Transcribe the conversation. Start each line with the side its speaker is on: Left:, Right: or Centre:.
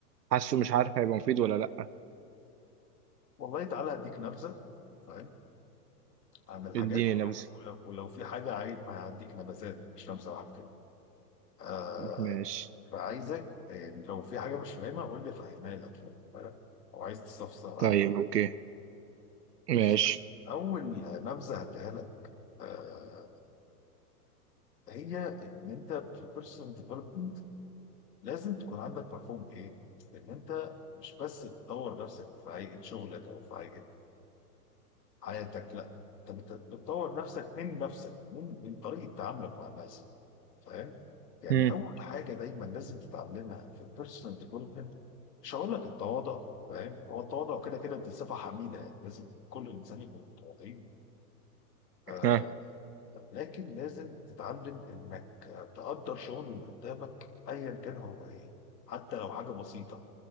Right: حاسه مش عارف هيبقى مفيد ولا لا
Left: والله تعالى هديك نبذه فاهم؟ عن الحاجات
Right: اديني
Left: ولو
Right: نبذه
Left: ولو في حاجة عايز هديك نبذات مش لمسة واحدة كده آه
Right: ماشي
Left: فعايزك آه، لو في حاجة مش فاهمها قول لي فاهمها لك فاهم؟ أو عايز تستفسر عنها
Right: طيب اوكي ماشي
Left: بص أول نبذة هديها لك آه هي إن أنت في البيرسونال ديفلوبمنت لازم تكون عندك مفهوم إيه؟ إن أنت مش بس تطور نفسك في هيئة شغلك أو في هيئة حياتك لا انت بت- بتطور نفسك من نفسك من من طريقه تعاملك مع الناس فاهم يعني
Right: امم
Left: اول حاجه دايما لازم تتعلمها في البيرسونال ديفلوبمنت مش هقول لك التواضع فاهم هو التواضع كده كده دي صفه حميده يعني لازم كل انسان يكون متواضعين آه
Right: ها
Left: لكن لازم تتعلم انك تقدر شغل اللي قدامك ايا كان هو ايه حتى لو حاجه بسيطه